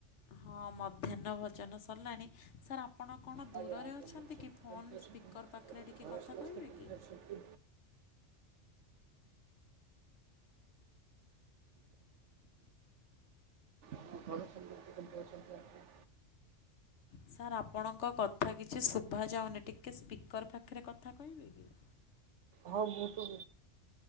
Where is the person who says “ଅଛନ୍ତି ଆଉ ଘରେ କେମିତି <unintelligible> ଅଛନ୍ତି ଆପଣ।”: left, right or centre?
Right